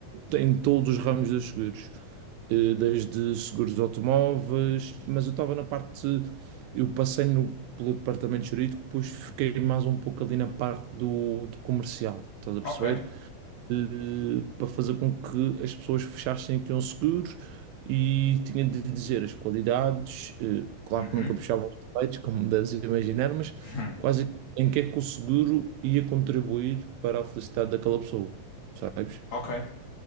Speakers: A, on the right; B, on the left.
A: eh, em todos os ramos dos seguros, Eh, desde seguros de automóveis, mas eu estava na parte, eu passei no, pelo departamento jurídico, depois fiquei mais um pouco ali na parte do, do comercial, estás a
B: ok.
A: perceber? eh, para fazer com que as pessoas fechassem que iam seguros e tinha de dizer as qualidades, eh, claro
B: Uhum.
A: que nunca puxava
B: <laughs>
A: os defeitos, como <laughs> deves imaginar, mas
B: Hum,
A: quase em que é que o seguro ia contribuir para a felicidade daquela pessoa, sabes?
B: Ok,